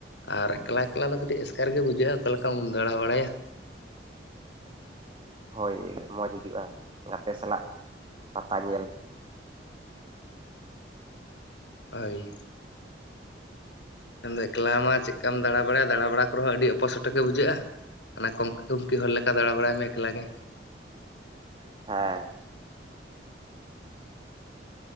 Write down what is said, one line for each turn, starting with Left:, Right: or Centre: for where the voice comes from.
Left: ᱟᱨ ᱮᱠᱞᱟᱮ-ᱮᱠᱞᱟ ᱫᱚ ᱠᱟᱹᱴᱤᱡ ᱮᱥᱠᱟᱨ ᱜᱮ ᱵᱩᱡᱷᱟᱹᱜᱼᱟ ᱚᱠᱟ ᱞᱮᱠᱟᱢ ᱫᱟᱬᱟ ᱵᱟᱲᱟᱭᱟ?
Right: ᱦᱳᱭ ᱢᱚᱡᱽ ᱵᱩᱡᱷᱟᱹᱜᱼᱟ ᱜᱟᱛᱮ ᱥᱟᱞᱟᱜ ᱯᱟᱛᱟ ᱧᱮᱞ ᱾
Left: ᱦᱳᱭ ᱾ ᱢᱮᱱ ᱫᱚ ᱮᱠᱞᱟ ᱢᱟ ᱪᱮᱫ ᱞᱮᱠᱟᱢ ᱫᱟᱬᱟ ᱵᱟᱲᱟᱭᱟ ᱫᱟᱬᱟ ᱵᱟᱲᱟ ᱠᱚᱨᱮ ᱦᱚᱸ ᱟᱹᱰᱤ ᱚᱯᱚᱥᱚᱴᱚᱜᱮ ᱵᱩᱡᱷᱟᱹᱜᱼᱟ ᱾ ᱚᱱᱟ ᱠᱚᱝᱠᱟ-ᱠᱩᱝᱠᱤ ᱦᱚᱲ ᱞᱮᱠᱟ ᱫᱟᱬᱟ ᱵᱟᱲᱟᱭ ᱢᱮ ᱮᱠᱞᱟ ᱜᱮ ᱾
Right: ᱦᱮᱸ ᱾